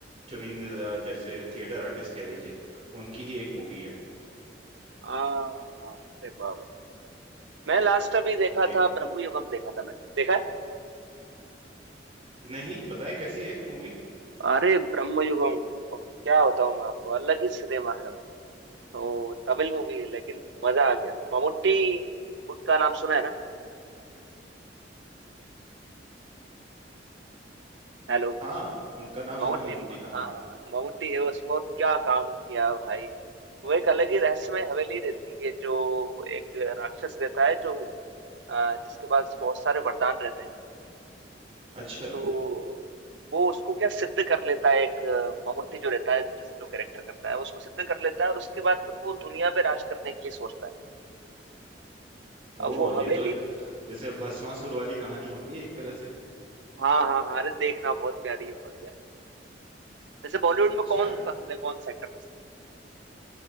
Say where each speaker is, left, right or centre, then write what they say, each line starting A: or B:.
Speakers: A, on the right; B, on the right.
A: चुनिंदा जैसे थिएटर आर्टिस्ट कह लीजिए उनकी ही एक मूवी है
B: आ, अरे वाह वाह मैं लास्ट अभी देखा
A: जी
B: था ब्रह्मयुगम देखा था मैंने देखा है
A: नहीं बताएं कैसी है मूवी
B: अरे ब्रह्मयुगम क्या बताऊं मैं आपको अलग ही सिनेमा है भाई तो तमिल मूवी है लेकिन मजा आ गया ममूटी का नाम सुना है ना हेलो
A: हाँ उनका नाम सुना
B: ममूटी
A: है ममूटी का हाँ
B: हाँ हाँ, ममूटी है उसमें और क्या काम किया भाई वो एक अलग ही रहस्यमय हवेली रहती है जो एक राक्षस रहता है जो अ, जिसके पास बहुत सारे वरदान रहते हैं
A: अच्छा
B: तो वो उसको क्या सिद्ध कर लेता है एक अ, ममूटी जो रहता है जिस जो कैरेक्टर करता है उसको सिद्ध कर लेता है और उसके बाद फिर वो दुनिया पे राज करने के लिए सोचता है
A: ओ
B: अब वो
A: ये
B: हवेली
A: तो एक जैसे भस्मासुर वाली कहानी हो गई एक तरह से
B: हाँ हाँ हाँ अरे देखना बहुत प्यारी है बहुत प्यारी वैसे बॉलीवुड में
A: अच्छा
B: कौन पसंद है कौन सा एक्टर पसंद